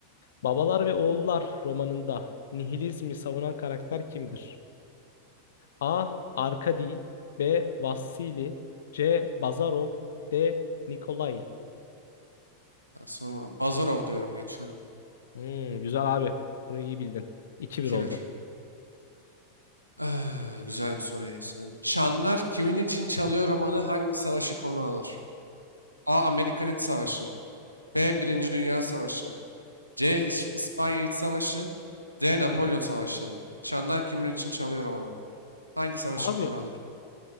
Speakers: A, on the left (about 60°); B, on the right (about 90°).
A: Babalar ve Oğullar romanında nihilizmi savunan karakter kimdir? A. Arkadi B. Vassili C. Bazarov D. Nikolai.
B: Ha, Sonra Bazarov diyorum geçiyorum.
A: Hmm, güzel abi. Bunu iyi bildin. iki
B: iki
A: bir oldu.
B: bir Ah, güzel bir soruyu. sanırım. Çanlar kimin için çalıyor romanı hangi savaşı konu alır? A. Amerikan İç Savaşı B. Birinci Dünya Savaşı C. İş- İspanya İç Savaşı. D. Napolyon Savaşları. Şanlar kimin için çalıyor romanı? Hangi savaşı
A: Abi
B: konu alır?